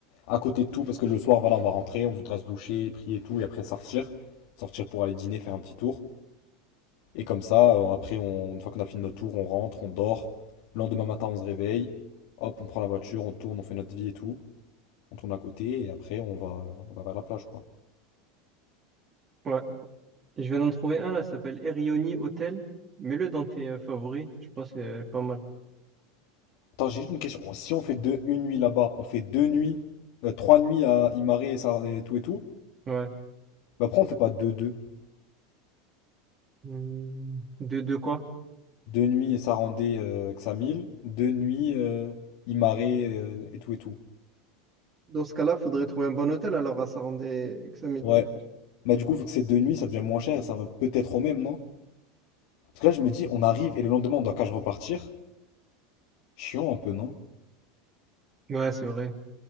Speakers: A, on the left (about 55°); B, on the right (about 20°).
A: À côté de tout, parce que le soir, voilà, on va rentrer, on voudra se doucher, prier et tout, et après sortir. Sortir pour aller dîner, faire un petit tour. Et comme ça, euh, après, on- une fois qu'on a fini notre tour, on rentre, on dort. Le lendemain matin, on se réveille. Hop, on prend la voiture, on tourne, on fait notre vie et tout. On tourne à côté et après, on va, on va vers la plage, quoi.
B: Ouais, je viens d'en trouver un là, ça s'appelle Erioni Hotel. Mets-le dans tes euh, favoris, je pense que c'est pas mal.
A: Attends, j'ai juste une question. Si on fait deux, une nuit là-bas, on fait deux nuits, euh, trois nuits à Imare et, Sar- et tout et tout.
B: Ouais.
A: Bah, pourquoi on fait pas deux, deux?
B: Hmm, De, de quoi?
A: Deux nuits et Sarandé, euh, Xamil. Deux nuits, euh, Imare, euh, et tout et tout.
B: Dans ce cas-là, faudrait trouver un bon hôtel alors à Sarandé-Examil.
A: Ouais. Bah, du coup, vu que c'est deux nuits, ça devient moins cher et ça va peut-être au même, non? Parce que là, je me dis, on arrive et le lendemain, on doit qu'à repartir. Chiant un peu, non?
B: Ouais, c'est vrai.